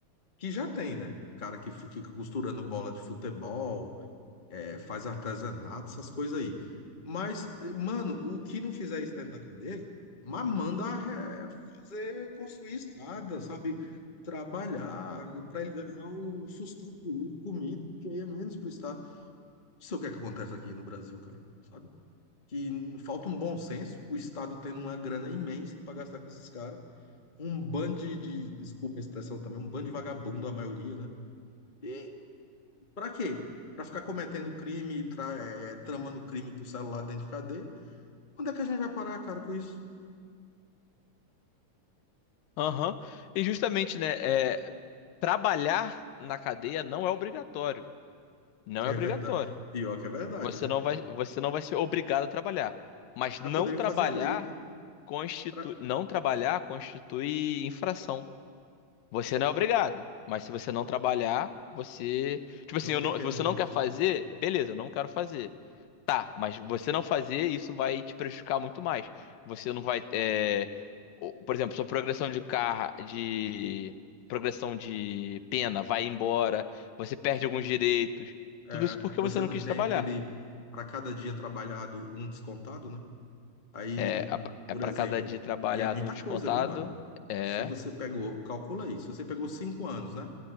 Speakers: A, on the left; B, on the left.
A: que já tem, né? Cara que fica costurando bola de futebol, é, faz artesanato, essas coisas aí. Mas, mano, o que não fizer isso dentro da cadeia, mas manda é, fazer, construir estrada, sabe? Trabalhar para ele ganhar o sustento, comida, que aí é menos pro Estado. Isso é o que é que acontece aqui no Brasil, cara que falta um bom senso, o Estado tendo uma grana imensa para gastar com esses caras, um bando de, de- desculpa a expressão também, um bando de vagabundo, a maioria, né? E para quê? Para ficar cometendo crime e tra- eh, tramando crime pro celular dentro de cadeia? Quando é que a gente vai parar, cara, com isso?
B: Aham. E justamente, né? é, trabalhar na cadeia não é obrigatório.
A: <laughs>
B: Não
A: É
B: é obrigatório.
A: verdade. Pior que é verdade,
B: Você
A: né?
B: não vai, você não vai ser obrigado a trabalhar. Mas
A: Mas
B: não
A: poderiam
B: trabalhar
A: fazer a lei, né?
B: constitui,
A: Pra-
B: não trabalhar constitui infração. Você não é obrigado, mas se você não trabalhar, você, tipo assim,
A: Não
B: eu
A: tem
B: não-
A: pena
B: se você
A: reduzida.
B: não quer fazer, beleza, eu não quero fazer. Tá, mas você não fazer isso vai te prejudicar muito mais. Você não vai, é, o- por exemplo, sua progressão de carro, de progressão de pena vai embora, você perde alguns direitos.
A: É,
B: Tudo isso porque
A: você
B: você não
A: não
B: quis
A: tem
B: trabalhar.
A: aquele, para cada dia trabalhado, um descontado, né? Aí,
B: É, a-
A: por
B: é para
A: exemplo,
B: cada dia trabalhado
A: e é muita
B: um descontado.
A: coisa, viu, mano?
B: É,
A: Se você pegou, calcula aí, se você pegou cinco anos, né?